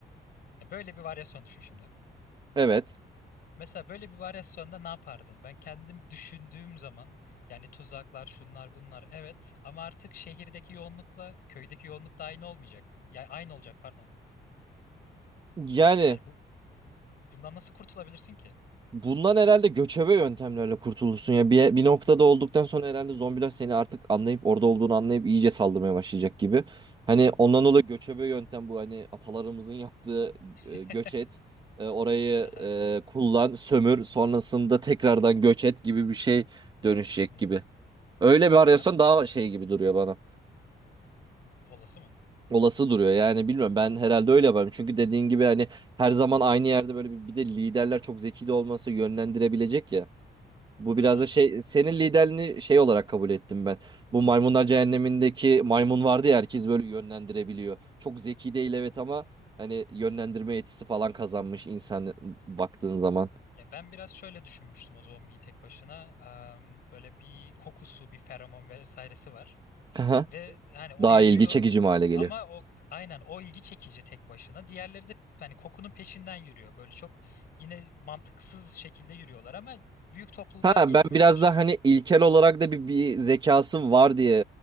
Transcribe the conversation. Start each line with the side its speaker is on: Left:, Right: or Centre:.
Left: Ya Böyle bir varyasyon düşün şimdi.
Right: Evet.
Left: Mesela böyle bir varyasyonda ne yapardın? Ben kendim düşündüğüm zaman yani tuzaklar, şunlar, bunlar evet ama artık şehirdeki yoğunlukla köydeki yoğunluk da aynı olmayacak. Yani aynı olacak pardon.
Right: Yani
Left: E, Yani bu bundan nasıl kurtulabilirsin ki?
Right: bundan herhalde göçebe yöntemlerle kurtulursun ya. Bir, bir noktada olduktan sonra herhalde zombiler seni artık anlayıp orada olduğunu anlayıp iyice saldırmaya başlayacak gibi. Hani ondan dolayı göçebe yöntem bu hani atalarımızın yaptığı
Left: <laughs>
Right: e, göç et. e, Orayı
Left: Aha.
Right: e, kullan, sömür, sonrasında tekrardan göç et gibi bir şey dönüşecek
Left: Hı
Right: gibi.
Left: hı.
Right: Öyle bir arıyorsan
Left: Ha,
Right: daha şey gibi duruyor bana.
Left: olası mı?
Right: Olası duruyor yani bilmiyorum ben herhalde öyle yaparım çünkü dediğin gibi hani her zaman aynı yerde böyle bir, bir de liderler çok zeki de olması yönlendirebilecek ya. Bu
Left: Aha.
Right: biraz da şey senin liderliğini şey olarak kabul ettim ben. Bu Maymunlar Cehennemi'ndeki maymun vardı ya herkes böyle yönlendirebiliyor. Çok zeki değil evet ama hani yönlendirme yetisi falan kazanmış
Left: Hı.
Right: insan baktığın zaman.
Left: Ya ben biraz şöyle düşünmüştüm o zombiyi tek başına. Am, böyle bir kokusu, bir feromon vesairesi var.
Right: Aha.
Left: Ve hani o
Right: Daha
Left: yürüyor
Right: ilgi çekici mi hale geliyor.
Left: ama o aynen o ilgi çekici tek başına. Diğerleri de hani kokunun peşinden yürüyor. Böyle çok yine mantıksız şekilde yürüyorlar ama büyük topluluklar
Right: Ha
Left: gezmeye
Right: ben biraz
Left: başlıyor.
Right: daha hani ilkel olarak da bir, bir zekası var diye